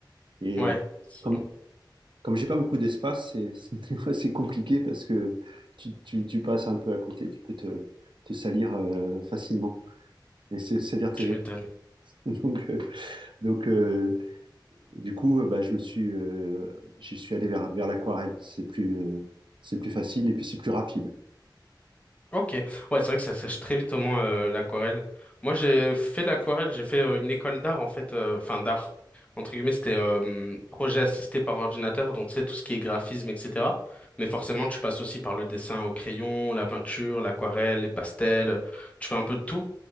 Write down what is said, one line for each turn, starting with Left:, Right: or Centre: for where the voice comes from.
Right: Et
Left: Ouais,
Right: euh,
Left: c'est
Right: comme,
Left: long.
Right: comme j'ai pas beaucoup d'espace, c'est, c'est- <laughs> des fois, c'est compliqué parce que tu, tu- tu passes un peu à côté, tu peux te, te salir euh, facilement. Et c'est, c'est-à-dire tes
Left: Je
Right: vêtements.
Left: m'étonne.
Right: <laughs> Donc, euh, donc, euh, Du coup, euh, bah, je me suis, euh, j'y suis allé vers, vers l'aquarelle. C'est plus, euh, c'est plus facile et puis c'est plus rapide.
Left: Ok, ouais, c'est vrai que ça sèche très vite au moins euh, l'aquarelle. Moi, j'ai fait l'aquarelle, j'ai fait euh, une école d'art en fait, euh, enfin d'art entre guillemets, c'était euh, hum, projet assisté par ordinateur, donc tu sais tout ce qui est graphisme, etc. Mais forcément, tu passes aussi par le dessin au crayon, la peinture, l'aquarelle, les pastels, tu fais un peu de tout.